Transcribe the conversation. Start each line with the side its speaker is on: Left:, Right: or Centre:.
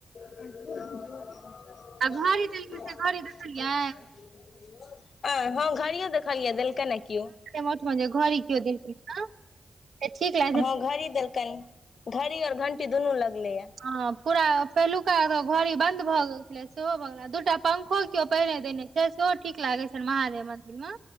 Left: <unintelligible> अ
Right: आ घड़ी देलकै से घड़ी देखलियै
Left: हँ घड़ियों देखलियैन देलकैन ने कियो।
Right: मोठ में घड़ी कीओ देलखिन हॅं। से ठीक। <unintelligible>
Left: हँ घड़ी देल्कन घड़ी और घंटी दुनू लगले ये
Right: ह पूरा पहिलुका घड़ी बंद भऽ गेल छले सेहो भऽ गेल दूटा पंखो क्यों पहिने देने छै सेहो ठीक लागे छै महादेव मंदिर में